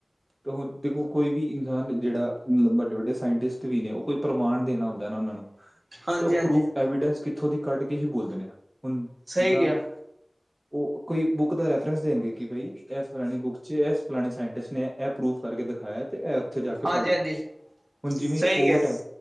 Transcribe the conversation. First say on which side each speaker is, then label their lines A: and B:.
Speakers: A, on the right; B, on the right.
A: ਤੇ ਹੁਣ ਦੇਖੋ ਕੋਈ ਵੀ ਇਨਸਾਨ ਜਿਹੜਾ ਮਤਲਬ ਵੱਡੇ -ਵੱਡੇ ਸਾਇੰਟਿਸਟ ਵੀ ਨੇ ਉਹ ਕੋਈ ਪ੍ਰਮਾਣ ਦੇਣਾ ਹੁੰਦਾ ਨਾ ਉਹਨਾਂ ਨੂੰ।
B: <inaudible>
A: ਤੇ, ਉਹ
B: ਹਾਂਜੀ
A: ਪ੍ਰੂਫ ਐਵੀਡੈਂਸ ਕਿੱਥੋਂ ਦੀ ਕੱਢਕੇ ਹੀ ਬੋਲਦੇ ਨੇ, ਹੁਣ
B: ਸਹੀ
A: ਜਿੱਦਾਂ
B: ਕਿਹਾ
A: ਉਹ, ਕੋਈ ਬੁੱਕ ਦਾ ਰੈਫਰੰਸ ਦੇਣਗੇ। ਕਿ ਬਈ, ਇਸ ਫਲਾਣੇ ਬੁੱਕ'ਚ, ਇਸ ਫਲਾਣੇ ਸਾਇੰਟੀਸਟ ਨੇ ਐ ਪ੍ਰੂਵ ਕਰਕੇ ਦਿਖਾਇਆ, ਤੇ ਐ ਉੱਥੇ ਜਾਕੇ
B: ਹਾਂਜੀ
A: ਪੜ੍ਹਲੋ,
B: ਹਾਂਜੀ
A: ਹੁਣ ਜਿਵੇਂ
B: ਸਹੀ
A: ਕੋਰਟ
B: ਕਿਹਾ
A: ਐ